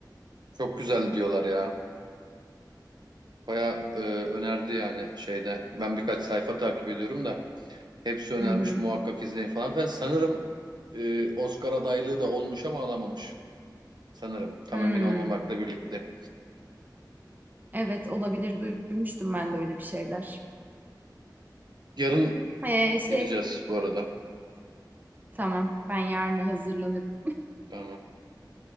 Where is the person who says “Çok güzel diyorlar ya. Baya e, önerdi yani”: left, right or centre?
Right